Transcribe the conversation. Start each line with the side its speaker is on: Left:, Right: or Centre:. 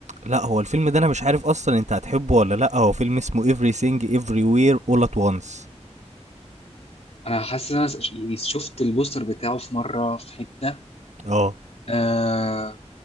Right: لا هو الفيلم ده انا مش عارف اصلا انت هتحبه ولا لا هو فيلم اسمه everything everywhere all at once
Left: انا حاسس ان انا ش- يعني شفت البوستر بتاعه في مره في حته
Right: اه
Left: أه